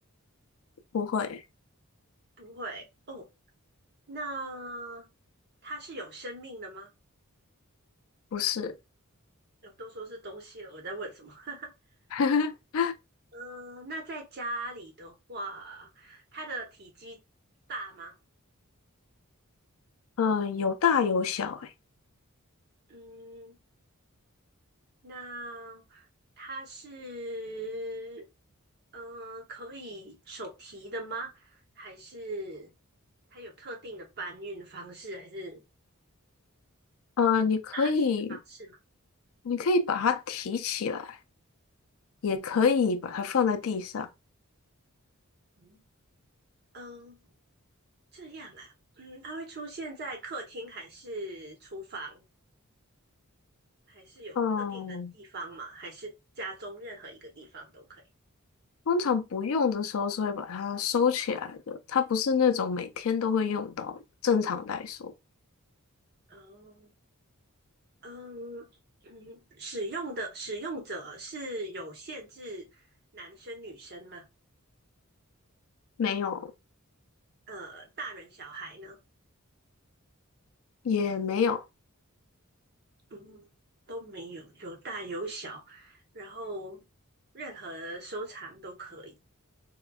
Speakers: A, on the left; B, on the right.
A: 不会，
B: 不会。哦，那它是有生命的吗？
A: 不是，
B: 呃都说是东西了，我在问什么？<laughs>
A: <laughs>
B: 嗯，那在家里的话，它的体积大吗？
A: 嗯，有大有小，诶，
B: 嗯，那它是，嗯、呃可以手提的吗？还是它有特定的搬运方式，还是
A: 呃，你可以，
B: 拿取方式吗？
A: 你可以把它提起来，也可以把它放在地上。
B: 嗯嗯，这样啊，嗯，它会出现在客厅还是厨房，还是有特定的地方吗？
A: 嗯，
B: 还是家中任何一个地方都可以？
A: 通常不用的时候是会把它收起来的，它不是那种每天都会用到的正常来说，
B: 哦，嗯嗯，使用的使用者是有限制男生女生吗？
A: 没有，
B: 呃，大人小孩呢？
A: 也没有。
B: 嗯，都没有，有大有小，然后任何收藏都可以